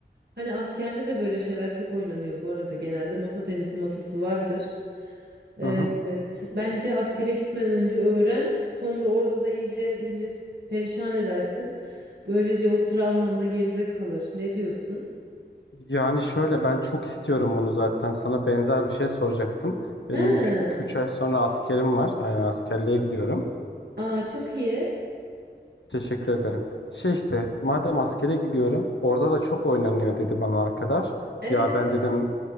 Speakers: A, on the right; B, on the left.
A: hani askerde de böyle şeyler çok oynanıyor bu arada. Genelde masa tenisi masası vardır. Evet,
B: Hı hı.
A: bence askere gitmeden önce öğren. Sonra orada da iyice milleti perişan edersin. Böylece o travman da geride kalır. Ne diyorsun?
B: Yani şöyle ben çok istiyorum bunu zaten. Sana benzer bir şey soracaktım. Benim
A: He.
B: iki 3 ay sonra askerim var. Yani askerliğe gidiyorum.
A: Aa, çok iyi.
B: Teşekkür ederim. Şey işte madem askere gidiyorum orada da çok oynanıyor dedi bana arkadaş.
A: Evet,
B: Ya ben
A: evet.
B: dedim